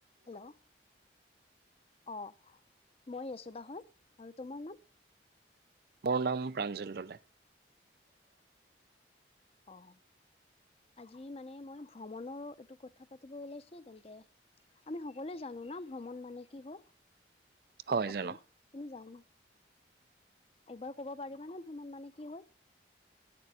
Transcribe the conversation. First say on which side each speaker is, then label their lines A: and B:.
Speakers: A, on the left; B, on the right.
A: Hello! অঁ মই ৰেচোদা হয়। আৰু তোমাৰ নাম?
B: মোৰ নাম প্ৰাঞ্জল ডলে।
A: অ' আজি মানে মই ভ্ৰমণৰ এইটো কথা পাতিব ওলাইছে তেন্তে। আমি সকলোৱে জানো না ভ্ৰমণ মানে কি হয়?
B: হয়
A: আপুনি
B: জানো
A: তুমি যান এবাৰ ক'ব পাৰিবানে ভ্ৰমণ মানে কি হয়?